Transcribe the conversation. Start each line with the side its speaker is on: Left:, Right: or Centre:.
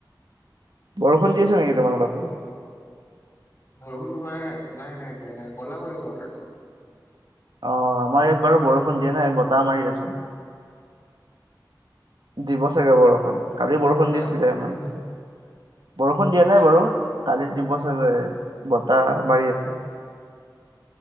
Right: বৰষুণ দি আছে নেকি তোমালোকৰ ফালে?
Left: বৰষুণ তোমাৰ নাই নাই দিয়া নাই কলা কৰিছে বতৰটো।
Right: অ আমাৰ ইয়াত বাৰু বৰষুণ দিয়া নাই বতাহ মাৰি আছে দিব চাগে বৰষুণ, কালি বৰষুণ
Left: হা
Right: দিছিলে আমাৰ এইফালে, বৰষুণ দিয়া নাই বাৰু কালি দিব চাগে বতাহ মাৰি আছে